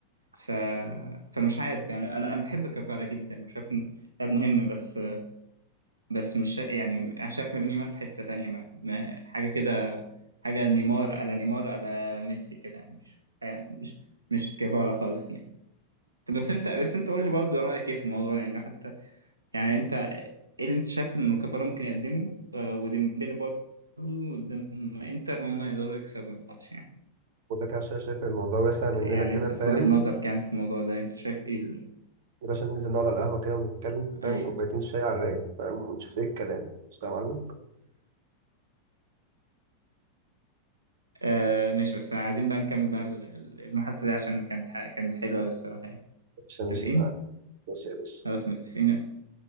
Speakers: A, on the right; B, on the right.
A: ف... فانا مش عارف يعني انا انا بحب كفاره جدا وشايف إنه لاعب مهم بس بس مش شا- يعني انا شايف لامين يامال في حته ثانيه ما... ما... حاجه كده حاجه نيمار على نيمار على ميسي كده يعني مش حاجة- مش مش كفاره خالص يعني طب بس انت بس انت قول لي برضه رايك ايه في الموضوع يعني حتى يعني انت ايه اللي انت شايف انه كفاره ممكن يقدمه آه، وديمبلي برضه قدام انتر ان هم يقدروا يكسبوا الماتش يعني
B: <laughs> وده كده عشان شايف الموضوع واسع مننا
A: يعني
B: كده
A: انت
B: فاهم
A: في وجهة نظرك يعني في الموضوع ده انت شايف ايه ال-
B: يا باشا ننزل نقعد على القهوة كده ونتكلم فاهم
A: ايوه
B: كوبايتين شاي على الرايق فاهم ونشوف ايه الكلام مش يا معلم
A: آه مش بس عايزين بقى نكمل بقى ال- ال- المحادثة دي عشان كانت ح- كانت حلوة الصراحة يعني
B: ماشي ماشي
A: متفقين؟
B: معاك ماشي يا باشا
A: خلاص متفقين